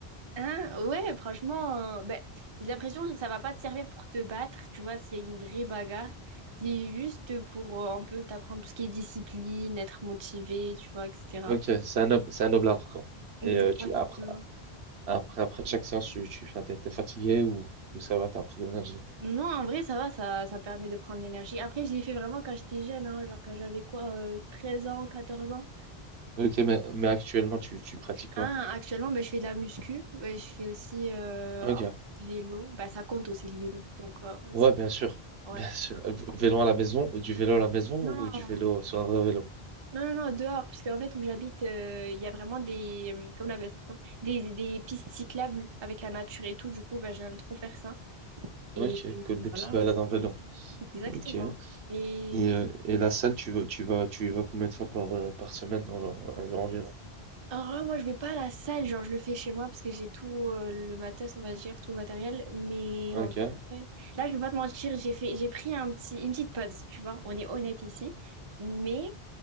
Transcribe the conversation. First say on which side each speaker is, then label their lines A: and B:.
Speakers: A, on the right; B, on the right.
A: Hein? Ouais, franchement, euh, ben, j'ai l'impression que ça va pas te servir pour te battre, tu vois, s'il y a une vraie bagarre. C'est juste pour euh, un peu t'apprendre tout ce qui est discipline, être motivé, tu vois, etc.
B: Ok, c'est un, nob- c'est un noble art, quoi.
A: Exactement.
B: Et euh, tu, après, après, après chaque séance, tu, tu, enfin, t'es, t'es fatigué ou, ou ça va, t'as encore de l'énergie.
A: Non, en vrai, ça va, ça, ça me permet de prendre de l'énergie. Après, je l'ai fait vraiment quand j'étais jeune, hein, genre quand j'avais quoi, euh, 13 ans, 14 ans.
B: Ok, mais, mais actuellement, tu, tu pratiques
A: Hein,
B: quoi?
A: actuellement, ben je fais de la muscu, Ouais, je fais aussi euh,
B: Ok.
A: un peu de vélo. Bah, ça compte aussi le vélo, donc euh, vas-y.
B: Ouais, bien sûr.
A: Ouais.
B: Bien sûr. Euh, Vélo à la maison, du vélo à la maison
A: Non,
B: ou du
A: non,
B: vélo sur un vrai vélo?
A: non, non, dehors, parce qu'en fait, où j'habite, euh, il y a vraiment des, hum, comme la, des, des pistes cyclables avec la nature et tout, du coup, bah, j'aime trop faire ça.
B: Ok,
A: Et, et
B: cool, des petites
A: voilà,
B: balades en vélo.
A: exactement.
B: Ok. Et,
A: et
B: euh, et la salle, tu vas, tu vas, tu y vas combien de fois par, euh, par semaine en- en- environ?
A: Alors là, moi, je vais pas à la salle, genre, je le fais chez moi parce que j'ai tout euh, le matos, on va dire, tout le matériel. Mais
B: Ok.
A: en vrai, là, je vais pas te mentir, j'ai fait, j'ai pris un petit, une petite pause, tu vois, on est honnête ici. Mais,